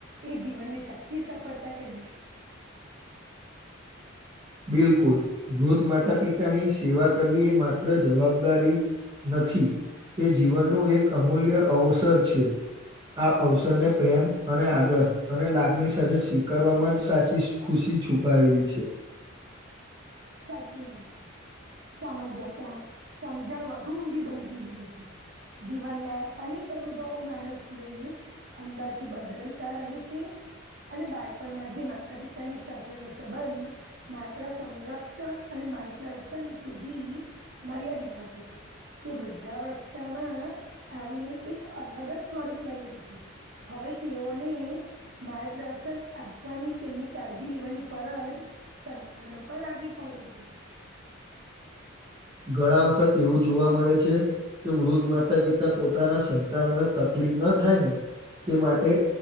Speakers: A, on the right (about 60°); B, on the right (about 20°).
A: એ જીવનની સાચી સફળતા કહેવાય.
B: <inaudible> બિલકુલ વૃદ્ધ માતા પિતાની સેવા કરવી એ માત્ર જવાબદારી નથી તે જીવનનું એક અમૂલ્ય અવસર છે. આ અવસરને પ્રેમ અને આદર અને લાગણી સાથે સ્વીકારવામાં જ સાચી ખુશ થી છુપાવેલી છે.
A: સાચી વાત છે. સમય જતા સમજણ વધુ ઊંડી બનતી જાય છે. જીવના અનેક અનુભવો માણસને અંદરથી બદલતા રહે છે. અને બાળપણમાં જે માતા પિતાની સાથેનો સંબંધ મા <unintelligible> સંરક્ષણ અને માર્ગદર્શન સુધી મર્યાદિત હતું. તે વૃદ્ધા અવસ્થામાં આવીને એક અલગ જ સ્વરૂપ લઈ લે છે. હવે તેઓને માર્ગદર્શન આપવાની તેમની કાળજી લેવાની ફરજ સંતાનો પણ આવી પડે છે.
B: ઘણા વખત એવું જોવા મળે છે. કે વૃદ્ધ માતા પિતા પોતાના સંતાનોને તકલીફ ના થાય ને તે માટે